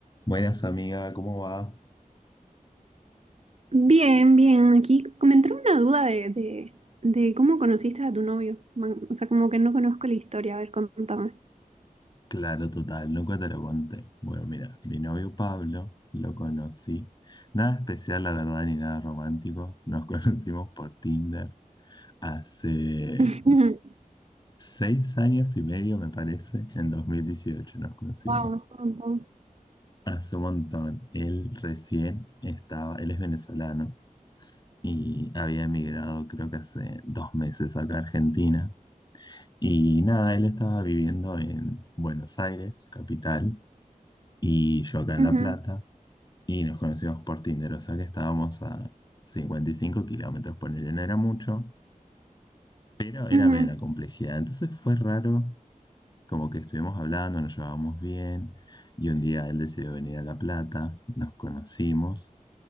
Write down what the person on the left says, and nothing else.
Buenas amiga, ¿cómo va?
Claro, total, nunca te lo conté. Bueno, mira, mi novio Pablo lo conocí. Nada especial, la verdad, ni nada romántico. Nos <laughs> conocimos por Tinder hace
seis años y medio, me parece. En 2018 nos conocimos.
Hace un montón. Él recién estaba, él es venezolano y había emigrado creo que hace dos meses acá a Argentina. Y nada, él estaba viviendo en Buenos Aires, capital. y yo acá en
La Plata, y nos conocimos por Tinder, o sea que estábamos a 55 kilómetros, ponerle, no era mucho, pero era
medio la complejidad. Entonces fue raro, como que estuvimos hablando, nos llevábamos bien, y un día él decidió venir a La Plata, nos conocimos,